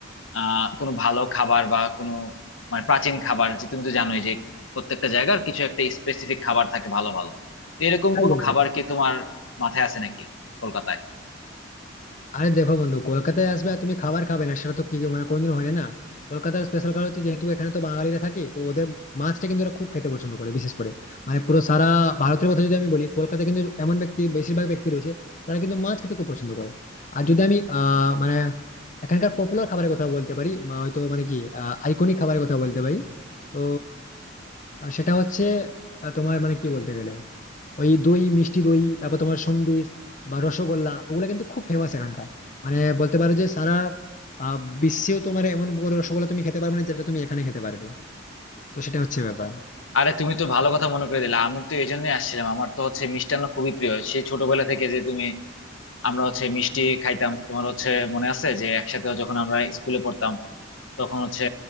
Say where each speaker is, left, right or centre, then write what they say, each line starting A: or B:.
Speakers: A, on the left; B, on the left.
A: আহ কোনো ভালো খাবার বা কোনো মানে প্রাচীন খাবার যে তুমি তো জানোই যে প্রত্যেকটা জায়গার কিছু একটা স্পেসিফিক খাবার থাকে ভালো ভালো তো এরকম
B: একদম
A: কোনো
B: একদম।
A: খাবার কি তোমার মাথায় আছে নাকি কলকাতায়
B: আরে দেখো বন্ধু কলকাতায় আসবে আর তুমি খাবার খাবে না সেটা তো কি মানে কোনোদিন হয় না কলকাতার স্পেশাল কারণ হচ্ছে যেহেতু এখানে তো বাঙালিরা থাকে তো ওদের মাছটা কিন্তু ওরা খুব খেতে পছন্দ করে বিশেষ করে মানে পুরো সারা ভারতের কথা যদি আমি বলি কলকাতায় কিন্তু এমন ব্যক্তি বেশিরভাগ ব্যক্তি রয়েছে তারা কিন্তু মাছ খেতে খুব পছন্দ করে আর যদি আমি আহ মানে এখানকার পপুলার খাবারের কথা বলতে পারি বা হয়তো মানে কি আইকনিক খাবারের কথা বলতে পারি তো আহ, সেটা হচ্ছে আহ, তোমার মানে কি বলতে গেলে ওই দই মিষ্টি দই তারপর তোমার সন্দেশ বা রসগোল্লা ওগুলো কিন্তু খুব ফেমাস এখানকার মানে বলতে পারো যে সারা আহ, বিশ্বেও তোমার এমন বড় রসগোল্লা তুমি খেতে পারবে না যেটা তুমি এখানে খেতে পারবে তো সেটা হচ্ছে ব্যাপার
A: আরে তুমি তো ভালো কথা মনে করে দিলে আমি তো এই জন্যই আসছিলাম আমার তো হচ্ছে মিষ্টান্ন খুবই প্রিয় সেই ছোটবেলা থেকে যে তুমি আমরা হচ্ছে মিষ্টি খাইতাম তোমার হচ্ছে মনে আছে যে একসাথে যখন আমরা স্কুলে পড়তাম তখন হচ্ছে